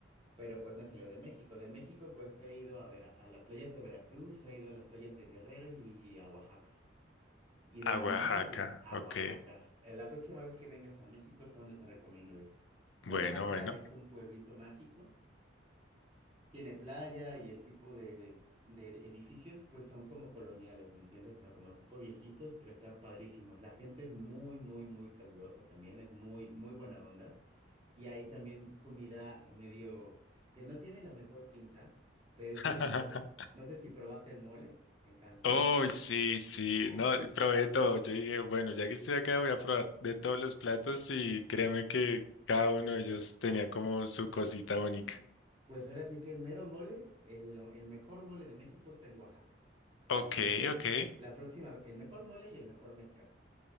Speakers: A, on the right (about 30°); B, on the left (about 80°).
A: pero pues no salió de México. De México pues he ido a, Vera- a las playas de Veracruz, he ido a las playas de Guerrero y a Oaxaca. Y donde
B: A Oaxaca,
A: más me gusta, a
B: ok.
A: Oaxaca. Eh, La próxima vez que vengas a México es a donde te recomiendo ir.
B: Bueno,
A: Oaxaca
B: bueno.
A: es un pueblito mágico tiene playa y el tipo de, de- de edificios pues son como coloniales, ¿me entiendes? O sea, como tipo viejitos, pero están padrísimos. La gente es muy, muy, muy calurosa también, es muy, muy buena onda. Y hay también comida medio que no tiene la mejor pinta, pero es
B: <laughs>
A: deliciosa. No sé si probaste el mole en Cancún.
B: Oh, sí, sí.
A: Ah,
B: No,
A: bueno.
B: probé todo. Yo dije, bueno, ya que estoy acá, voy a probar de todos los platos y créeme que cada uno de ellos tenía como su cosita bonita.
A: Pues ahora sí que el mero mole, el, el mejor mole de México está en Oaxaca.
B: Ok,
A: Entonces,
B: ok.
A: la próxima, el mejor mole y el mejor mezcal.